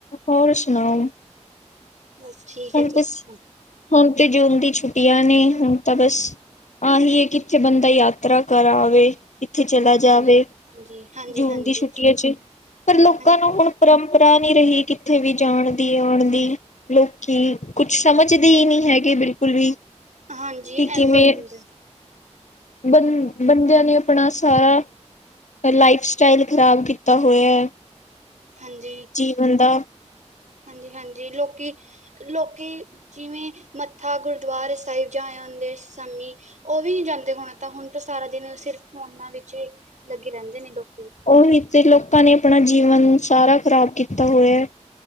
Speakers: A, on the left; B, on the right.
A: ਹੋਰ ਸੁਣਾਓ?
B: ਬਸ ਠੀਕ
A: ਹੁਣ
B: ਹੈ, ਤੁਸੀਂ
A: ਤੁਸ
B: ਸੁਣਾਓ?
A: ਹੁਣ ਤੇ ਜੁਨ ਦੀ ਛੁੱਟੀਆਂ ਨੇ ਹੁਣ ਤਾਂ ਬਸ, ਆਹੀ ਕਿੱਥੇ ਬੰਦਾ ਯਾਤਰਾ ਕਰਾਵੇ। ਉੱਥੇ ਚਲਾ ਜਾਵੇ,
B: ਹਾਂਜੀ ਹਾਂਜੀ
A: ਜੂਨ
B: ਹਾਂਜੀ ਹਾਂਜੀ
A: ਦੀ ਛੁੱਟੀਆਂ ਚ ਪਰ ਲੋਕਾਂ
B: ਹਾਂਜੀ
A: ਨੂੰ ਹੁਣ ਘਰਾ ਨਹੀਂ ਰਹੀ ਕਿੱਥੇ ਵੀ ਜਾਣ ਦੀ ਆਣ ਦੀ ਲੋਕ, ਕਿ ਕੁਛ ਸਮਝਦੇ ਹੀ ਨਹੀਂ ਹੈਗੇ, ਬਿਲਕੁਲ ਵੀ
B: ਹਾਂਜੀ
A: ਕਿ ਕਿਵੇਂ
B: ਏਦਾਂ ਹੀ ਹੁੰਦਾ।
A: ਬੰ ਬੰਦਿਆਂ ਨੇ ਆਪਣਾ ਸਾਰਾ, ਲਾਈਫ ਸਟਾਈਲ ਖ਼ਰਾਬ ਕੀਤਾ ਹੋਇਆ ਹੈ,
B: ਹਾਂਜੀ
A: ਜੀਵਨ ਦਾ
B: ਹਾਂਜੀ-ਹਾਂਜੀ, ਲੋਕੀ-ਲੋਕੀ ਜਿਵੇਂ ਮੱਥਾ ਗੁਰਦੁਆਰੇ ਸਾਹਿਬ ਜਾਂ ਆਦੇ ਸੀ, ਸ਼ਾਮੀ ਉਹ ਵੀ ਨੀ ਜਾਂਦੇ ਹੋਣ ਤਾਂ ਹੁਣ। ਸਾਰਾ ਦਿਨ ਸਿਰਫ ਫੋਨਾਂ ਵਿੱਚ ਲੱਗੇ ਰਹਿੰਦੇ ਨੇ ਲੋਕ,
A: ਉਹੀ ਤੇ ਲੋਕਾਂ ਨੇ ਆਪਣਾ ਜੀਵਨ ਸਾਰਾ ਖ਼ਰਾਬ ਕੀਤਾ ਹੋਇਆ।